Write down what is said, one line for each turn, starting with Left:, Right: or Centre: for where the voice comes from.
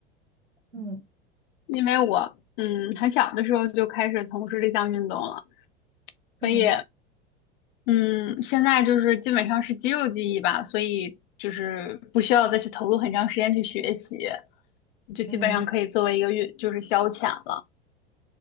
Right: 嗯
Left: 因为我嗯很小的时候就开始从事这项运动了，所以。
Right: 嗯
Left: 嗯，现在就是基本上是肌肉记忆吧，所以就是不需要再去投入很长时间去学习，就基本上可以作为一个运，
Right: 嗯。
Left: 就是消遣了。